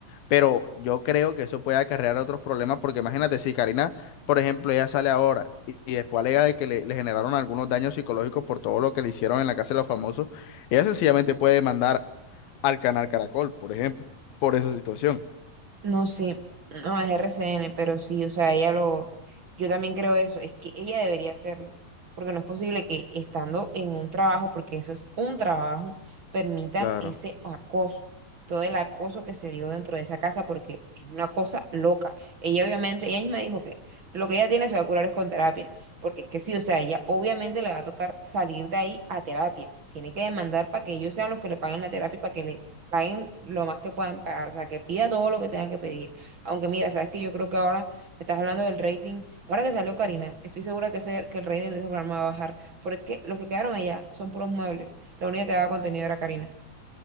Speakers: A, on the left (about 85°); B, on the right (about 45°).
A: Pero yo creo que eso puede acarrear otros problemas, porque imagínate, si Karina, por ejemplo, ella sale ahora y, y después alega de que le, le generaron algunos daños psicológicos por todo lo que le hicieron en la casa de los famosos, ella sencillamente puede demandar al canal Caracol, por ejemplo, por esa situación.
B: No, sí, no es RCN, pero sí, o sea, ella lo, yo también creo eso, es que ella debería hacerlo, porque no es posible que estando en un trabajo, porque eso es un trabajo, permitan
A: Claro,
B: ese acoso, todo el acoso que se dio dentro de esa casa, porque es una cosa loca. Ella obviamente, ella me dijo que lo que ella tiene se va a curar es con terapia, porque es que sí, o sea, ella obviamente le va a tocar salir de ahí a terapia. Tiene que demandar para que ellos sean los que le paguen la terapia y para que le paguen lo más que puedan pagar, o sea, que pida todo lo que tenga que pedir. Aunque mira, sabes que yo creo que ahora me estás hablando del rating, ahora que salió Karina, estoy segura que, ese, que el rating de ese programa va a bajar, porque es que los que quedaron allá son puros muebles, la única que daba contenido era Karina.